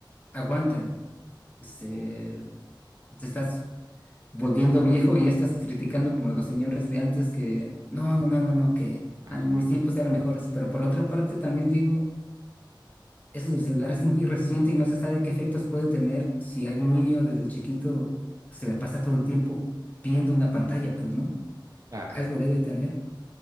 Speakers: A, on the left; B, on the right.
A: aguanta, se- te estás volviendo viejo y ya estás criticando como los señores de antes que, no,
B: ujú,
A: no, no, no, no, que
B: Ajá.
A: a mis tiempos eran mejores. Pero por otra parte también digo... eso del celular es muy reciente y no se sabe qué efectos puede tener si algún niño desde chiquito se la pasa todo el tiempo viendo una pantalla, pues, ¿no?
B: Claro,
A: Algo debe tener.